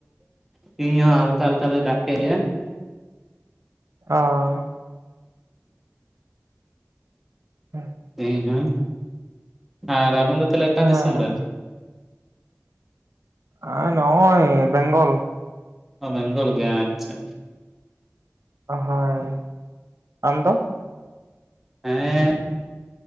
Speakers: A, in the centre; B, on the right.
A: ᱛᱤᱦᱤᱧ ᱦᱚᱸ ᱦᱟᱞᱠᱟ ᱦᱟᱞᱠᱟ ᱫᱚᱭ ᱫᱟᱜ ᱠᱮᱫ ᱜᱮ
B: <unintelligible> <unintelligible>
A: <unintelligible> ᱟᱨ ᱟᱵᱮᱱ ᱫᱚ ᱛᱟᱦᱞᱮ ᱚᱠᱟ
B: ᱦᱮᱸ
A: ᱫᱤᱥᱚᱢ ᱨᱮᱱ
B: <unintelligible> ᱱᱚᱜᱚᱭ ᱵᱮᱝᱜᱚᱞ
A: ᱚ ᱵᱮᱝᱜᱚᱞ ᱜᱮ ᱟᱪᱪᱷᱟ
B: ᱦᱳᱭ ᱟᱢ ᱫᱚ
A: ᱦᱮᱸ